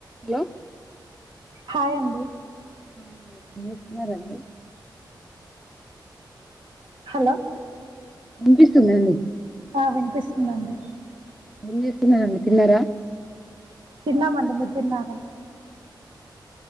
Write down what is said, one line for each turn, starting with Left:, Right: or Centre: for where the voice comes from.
Centre: Hello
Right: hi అండి
Centre: ఏం చేస్తున్నారంండి
Right: హలో
Centre: వినిపిస్తుందండి
Right: ఆ వినిపిస్తు సున్నాండి
Centre: ఉన్నిస్ తిన్న అండి తిన్నారా
Right: తిన్నామండి మీరు తిన్నారా